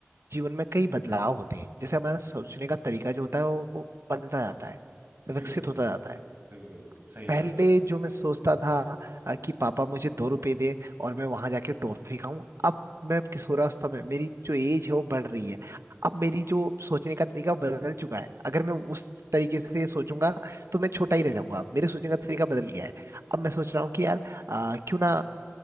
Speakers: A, on the right (about 85°); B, on the right (about 55°).
A: जीवन में कई बदलाव होते हैं जैसे हमारा सोचने का तरीका जो होता है वो वो बदलता जाता है विकसित
B: बिल्कुल
A: होता जाता है
B: बिल्कुल सही
A: पहले
B: बात है आपकी।
A: जो मैं सोचता था अ, कि पापा मुझे दो रुपए दें और मैं वहां जाके टॉफी खाऊं अब मैं किशोरावस्था में मेरी जो एज है वो बढ़ रही है अब मेरी जो सोचने का तरीका बदल चुका है अगर मैं उस तरीके से सोचूंगा तो मैं छोटा ही रह जाऊंगा मेरे सोचने का तरीका बदल गया है अब मैं सोच रहा हूँ कि यार अ, क्यों ना